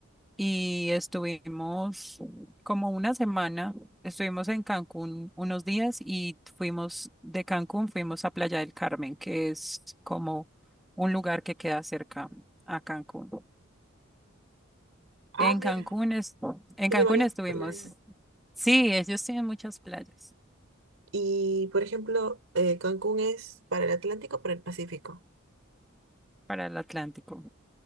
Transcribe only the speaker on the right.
Ah,
mira,
tiene
varias
playas.
Y, por ejemplo, eh, Cancún es para el Atlántico o para el Pacífico.